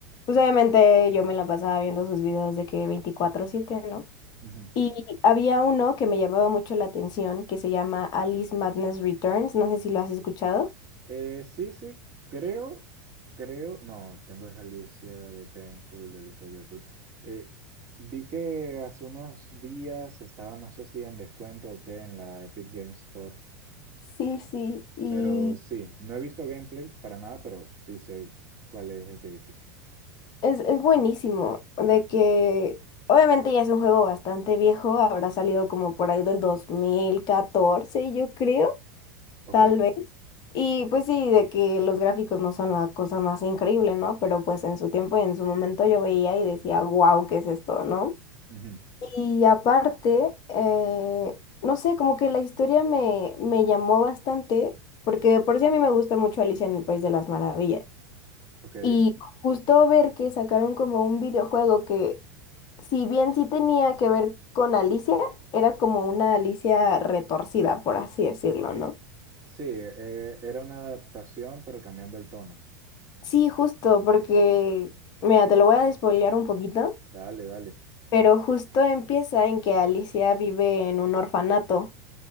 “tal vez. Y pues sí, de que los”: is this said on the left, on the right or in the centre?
Left